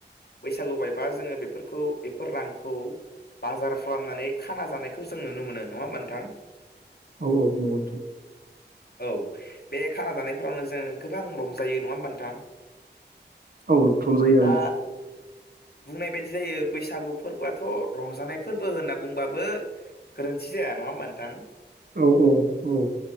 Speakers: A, on the left; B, on the right.
A: बै सागुबायबा जोंङो बेफोरखौ बेफोर रांखौ बाजार खालामनानै खाना जानायखौ जों नुनो मोनो नंङा होनबा नोंथां
B: औ-औ नोंगौ नोंथां
A: औ बे खाना जानायफोरावनो जों गोबां रंजायो नंङा होनबा नोंथां
B: औ थुंजाङो
A: दा
B: ओं
A: बुंनाय बायदि जायो बैसागु फोरबोआथ रंजानाय फोरबो होनना बुंबाबो गोरोन्थि जाया नंङा होनबा नोंथां
B: औ-औ-औ